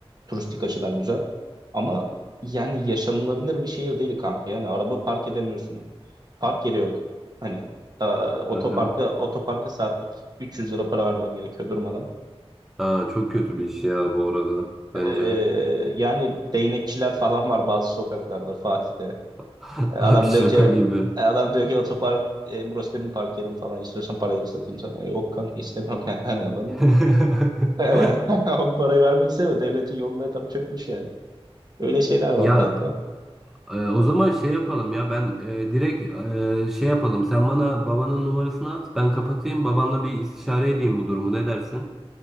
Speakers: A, on the right; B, in the centre.
A: Turistik açıdan güzel. Ama yani yaşanılabilir bir şehir değil kanka. Yani araba park edemiyorsun. Park yeri yok. Hani e, otoparka,
B: Aha.
A: otoparka saatlik 300 lira para vermen gerekiyor durmadan.
B: Aa, çok kötü bir iş ya bu arada bence.
A: Ee, yani değnekçiler falan var bazı sokaklarda Fatih'te.
B: <laughs>
A: E, Adam
B: Abi şaka
A: diyor ki
B: gibi.
A: e, adam diyor ki otopark e, burası benim park yerim falan istiyorsan parayı da satayım sana. E, Yok kanka istemem <laughs> yani anladın
B: <laughs>
A: mı? Evet. <laughs> Bu parayı vermek istemiyor. Devletin yolları tam çökmüş yani. Öyle şeyler var
B: Ya
A: kanka.
B: Ee, o zaman şey yapalım ya ben e, direkt e, şey yapalım sen bana babanın numarasını at ben kapatayım babanla bir istişare edeyim bu durumu ne dersin?